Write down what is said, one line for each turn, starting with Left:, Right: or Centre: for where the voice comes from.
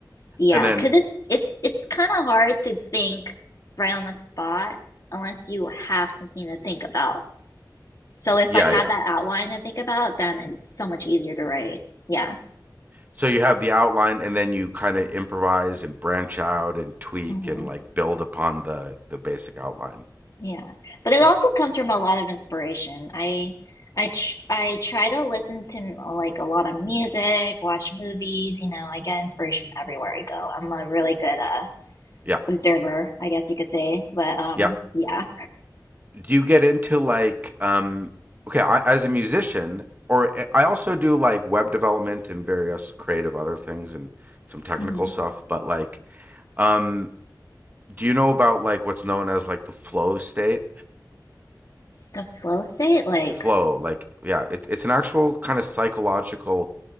Left: yeah,
Right: and then
Left: because it's it's it's kind of hard to think right on the spot unless you have something to think about. So if
Right: yeah
Left: I have
Right: yeah
Left: that outline to think about, then it's so much easier to write. Yeah.
Right: So you have the outline, and then you kind of improvise and branch out and tweak
Left: hmm
Right: and like build upon the the basic outline.
Left: Yeah. But it
Right: Yeah,
Left: also comes from a lot of inspiration. I I tr I try to listen to m- like a lot of music, watch movies, you know, I get inspiration everywhere I go. I'm a really good uh
Right: yeah,
Left: observer, I guess you could say. But um
Right: yeah.
Left: yeah.
Right: Do you get into like um? Okay, I, as a musician, or eh, I also do like web development and various creative other things and some technical
Left: hmm
Right: stuff. But like, um, do you know about like what's known as like the flow state?
Left: The flow state, like,
Right: Flow, like yeah, it's it's an actual kind of psychological